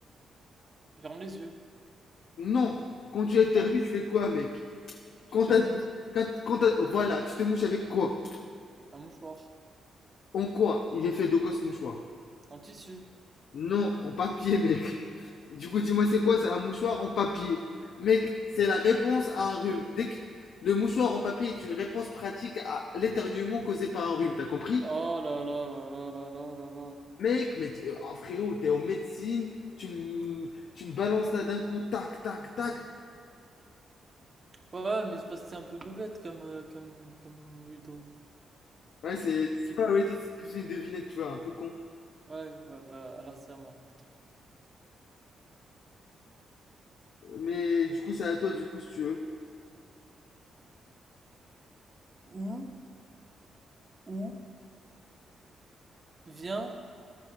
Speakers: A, on the right; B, on the left.
A: ferme les yeux.
B: Non. Quand tu éternues,
A: Ah,
B: tu fais quoi, mec
A: tu
B: Quand
A: te
B: t'as-
A: mouches.
B: quand, quand t'as- Voilà, tu te mouches avec quoi
A: Un mouchoir.
B: En quoi Il est fait de quoi ce mouchoir
A: En tissu.
B: Non, en papier, mec. Du coup, dis-moi, c'est quoi C'est un mouchoir en papier. Mec, c'est la réponse à un rhume. Dès que- Le mouchoir en papier est une réponse pratique à l'éternuement causé par un rhume, t'as compris
A: Oh là là là là là là là là.
B: Mec, mais t'es- ah, frérot, t'es en médecine, tu me tu me balances là d'un coup, tac, tac, tac.
A: Ouais, mais c'est parce que c'est un peu bête comme, euh, comme, comme riddle.
B: Ouais, c'est
A: Ok.
B: c'est pas Riddle, c'est plus une devinette, tu vois, un peu con.
A: Ouais, bah, bah, alors c'est à moi.
B: Mais du coup, c'est à toi, du coup, si tu veux.
A: Où, où vient